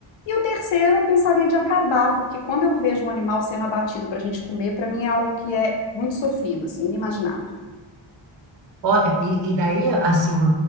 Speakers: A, on the left (about 65°); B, on the right (about 60°).
A: E o terceiro, eu pensaria de acabar, porque quando eu vejo um animal sendo abatido para a gente comer, para mim é algo que é muito sofrido, assim, inimaginável.
B: Olha, e, e daí, assim,